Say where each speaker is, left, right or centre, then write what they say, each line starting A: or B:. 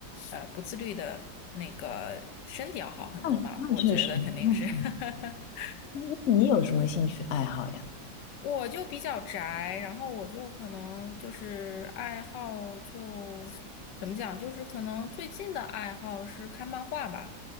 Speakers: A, on the left (about 85°); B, on the left (about 55°).
A: 呃不自律的那个身体要好很多嘛，
B: 那那确实，
A: 我觉得肯定是。
B: 那确实。
A: <laughs>
B: 那你有什么兴趣爱好呀？
A: 我就比较宅，然后我就可能就是爱好就怎么讲，就是可能最近的爱好是看漫画吧，